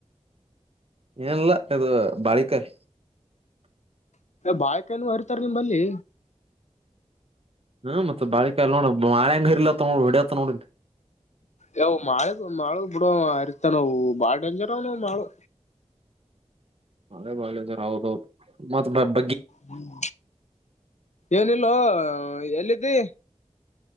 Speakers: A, on the right (about 55°); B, on the left (about 75°).
A: ಏನಲ್ಲ ಇದು ಬಾಳಿಕಾಯಿ
B: ಬಾಳಕ ನು ಹರಿತಾರ ನಿಂಬಲ್ಲಿ
A: ಹ್ಮ ಮತ್ತೆ ಬಳಿಕ ನೋಡ ಮಳೆಂಗ ಹರಿಲತ್ತ ನೋಡ ಹೊಡತ್ತ ನೋಡ
B: ಯವು ಮಾಳ ಮಾಳ ಬಿಡುವ ಅರಿತ ನಾವು ಬಾಳ ಡೇಂಜರ್ ಅವ ನವು ಮಾಳು
A: <inaudible> ಅಬಾಳೆ ಜ ಹೌದೌದು ಮತ್ತಗ್
B: ಹ್ಮ್ ಏನಿಲ್ಲೋ ಎಲ್ಲಿದ್ದಿ